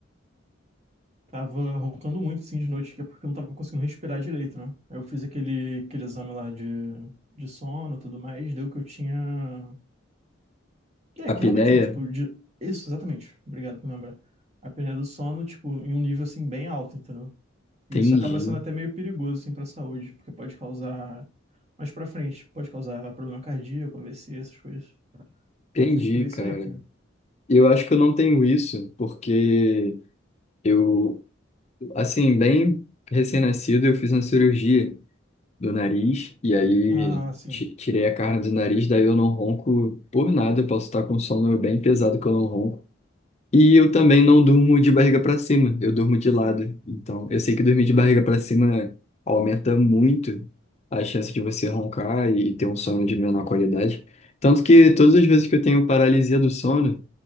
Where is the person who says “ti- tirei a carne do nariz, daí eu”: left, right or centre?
Left